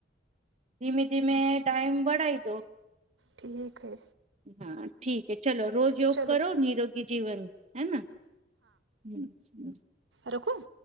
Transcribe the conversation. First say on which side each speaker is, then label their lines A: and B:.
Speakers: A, on the right; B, on the right.
A: ધીમે ધીમે ટાઈમ બઢાઈ દો
B: ઠીક હે
A: હા ઠીકે ચલો રોજ યોગ
B: ચલો
A: કરો નિરોગી જીવન હેને હ હ
B: રકું